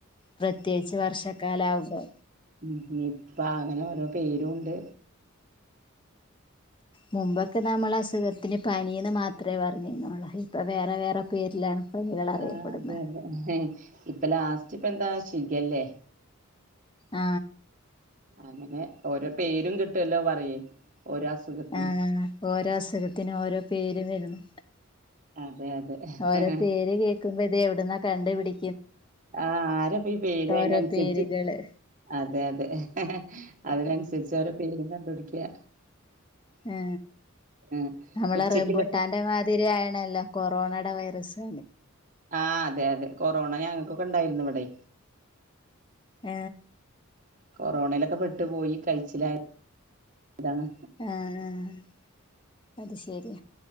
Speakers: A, on the left; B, on the right.
A: പ്രത്യേകിച്ച് വർഷക്കാല ആാവ്പോ
B: ഉ ഇപ്പ അങ്ങനെ ഓരോ പേരുുംണ്ട്
A: മുമ്പൊക്കെ നമ്മൾ അസുഖത്തിന് പനന്ന് മാത്രമേ പറഞ്ഞിന്നള്ളൂ ഇപ്പൊ വേറെ വേറെ പേരിലാണ് പനികൾ അറിയപ്പെടുന്നത്
B: ആ അതെ അതെ ഇപ്പൊ ലാസ് തിപ്പന്താ ഷിഖല്ലേ
A: ആ
B: അങ്ങനെ ഓരോ പേരും കിട്ടുവല്ലോ പറയേ ഓരോ അസുഖത്തിന്
A: ആ ഓരോ അസുഖത്തിനും ഓരോ പേരും വരുന്നു
B: അതെ അതെ
A: ഓരോ
B: ആഹ്
A: പേര് കേക്കുമ്പോ ത് എവിടുന്നാ കണ്ടു പിടി
B: ആ ആരപ്പ ഈ പേര് അതിനൻസരിച്ചു
A: ഓരോ പേരുകള്
B: അതെ അതെ, അതിനൻസരിച്ച് ഓരോ പേരും കണ്ടുപിടിക്ക്യ
A: ആ
B: ഉം.
A: നമ്മള്
B: ഉച്ചക്കുള്ള
A: റബുട്ടാന്റെ
B: ഫുഡ്
A: മാതിരി ആയണല്ലേ കൊറോണടെ വൈറസ്.
B: ആ അതെ അതെ കൊറോണ ഞങ്ങക്കൊക്കെ ഇണ്ടാരുന്നു ഇവടെ.
A: ഏ?
B: കൊറോണയിലക്കെപ്പെ ട്ട് പോയി കഴിച്ചിലായ അതാണ്.
A: ആഹ് ആഹ് അത് ശെരി.